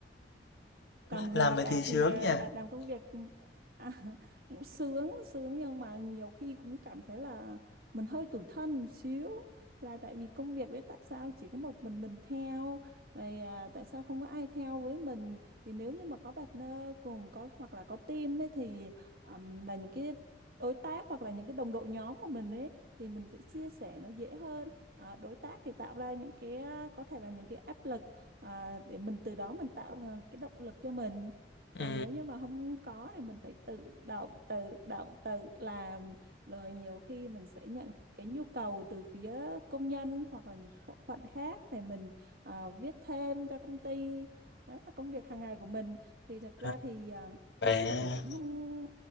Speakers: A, on the right; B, on the left.
A: còn
B: làm
A: về
B: vậy
A: Đạt
B: thì sướng
A: thì à,
B: nhỉ?
A: Đạt làm công việc à, <laughs> cũng sướng sướng nhưng mà nhiều khi cũng cảm thấy là mình hơi tủi thân một xíu là tại vì công việc đấy tại sao chỉ có một mình mình theo rồi à, tại sao không có ai theo với mình thì nếu như mà có partner cùng có hoặc là có team ấy thì ừm, là những cái đối tác hoặc là những cái đồng đội nhóm của mình ấy thì mình sẽ chia sẻ nó dễ hơn Ờ, đối tác thì tạo ra những cái à, có thể là những cái áp lực à, để mình từ đó mình tạo ra cái động lực cho mình còn
B: ừ
A: nếu như mà không có thì mình phải tự động tự động tự làm rồi nhiều khi mình sẽ nhận cái nhu cầu từ phía công nhân hoặc là những bộ phận khác để mình à, viết thêm cho công ty đó là công việc hàng ngày của mình thì thật ra
B: à,
A: thì à,
B: vậy,
A: áp lực
B: à,
A: thì cũng không